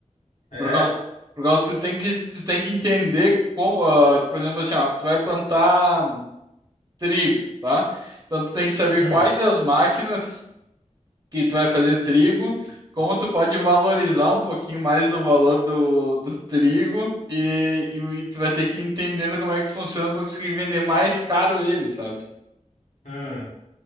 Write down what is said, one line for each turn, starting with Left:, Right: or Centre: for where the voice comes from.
Left: É?
Right: Por causa, por causa que tu tem que, tu tem que entender como, ah, por exemplo, assim, ó, tu vai plantar trigo, tá? Então tu tem que saber
Left: Hum.
Right: quais as máquinas que tu vai fazer trigo, como tu pode valorizar um pouquinho mais do valor do, do trigo e, e, e tu vai ter que ir entendendo como é que funciona para conseguir vender mais caro ele, sabe?
Left: Hum.